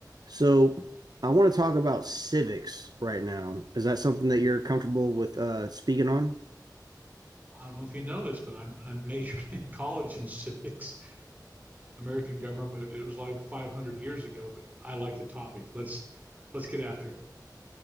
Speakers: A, on the right; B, on the right.
A: So I want to talk about civics right now. Is that something that you're comfortable with uh, speaking on?
B: I don't know if you know this, but I'm, I majored in college in civics, American government. It was like 500 years ago, but I like the topic. Let's let's get after it.